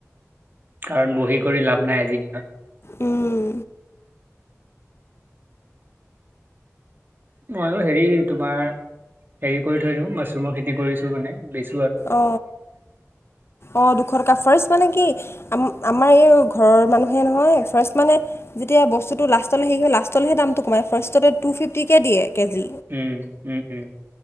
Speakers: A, on the right; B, on the left.
A: কাৰণ বহি কৰি লাভ নাই আজিৰ দিনত।
B: উম।
A: ময়ো হেৰি তোমাৰ হেৰি কৰি থৈ দিও মাছৰুমৰ খেতি কৰিছো মানে বিছ
B: অ, অ দুশ টকা ফাৰ্ষ্ট মানে কি আম - আমাৰ এও ঘৰৰ মানুহে নহয় ফাৰ্ষ্ট মানে যেতিয়া বস্তুটো লাষ্ট লে হেৰি হয় লাষ্টলেহে দামটো কমাই ফাৰ্ষ্টটে টূ ফিফটি কে দিয়ে কেজি।
A: উম, উম উম।